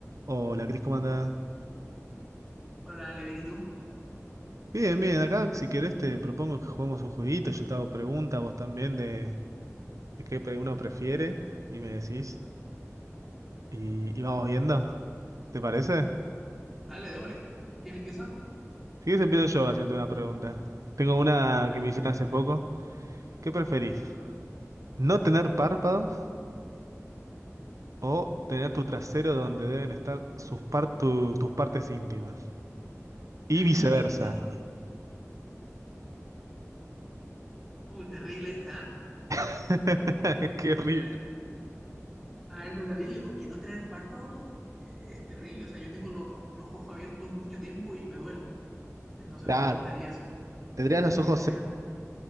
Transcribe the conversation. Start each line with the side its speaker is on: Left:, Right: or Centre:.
Right: Hola, Cris, ¿cómo andás?
Centre: Hola, Levin, ¿y tú?
Right: Bien, bien, acá si querés te propongo que juguemos un jueguito, yo te hago preguntas, vos también de, de qué pe- uno prefiere y me decís y, y vamos viendo, ¿te parece?
Centre: Dale, démosle. ¿Quién empieza?
Right: Si quieres empiezo yo haciendo una pregunta. Tengo una
Centre: Dale.
Right: que me hicieron hace poco. ¿Qué preferís? ¿No tener párpados o tener tu trasero donde deben estar sus par- tu- tus partes íntimas? Y
Centre: <laughs>
Right: viceversa.
Centre: Uh, terrible esta. ¿eh?
Right: <laughs> Qué horrible.
Centre: A ver, a ver, está terrible porque no tener párpado eh, es terrible. O sea, yo tengo los, los ojos abiertos mucho tiempo y me duele. Entonces
Right: Claro,
Centre: no aguantaría sin párpado.
Right: tendrías
Centre: Sí,
Right: los ojos
Centre: sería,